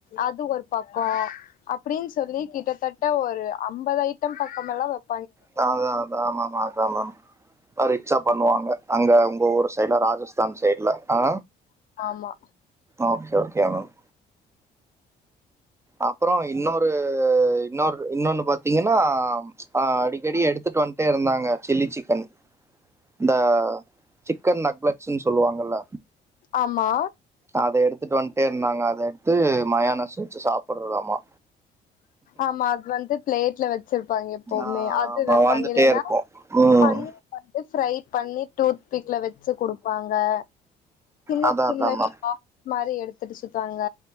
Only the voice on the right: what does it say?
தா அதா அத் ஆமாமா அதா மேம் அ ரிச்சா பண்ணுவாங்க அங்க உங்க ஊரு சைட்ல ராஜஸ்தான் சைட்ல ஆ
ஓகே ஓகே மேம் அப்றோ இன்னோரு இன்னோரு இன்னோனு பாத்தீங்கனா அ அடிக்கடி எடுத்துட்டு வன்ட்டே இருந்தாங்க சில்லி சிக்கன் இந்த சிக்கன் நக்லட்ஸுன் சொல்லுவாங்கல்ல
அத எடுத்துட்டு வன்ட்டே இர்ந்தாங்க அத எடுத்து மயோனஸ் வெச்சு சாப்பட்றதாமா
ஆமா
வந்துட்டே
இருக்கும் ம்
அதான்
அதான்
மேம்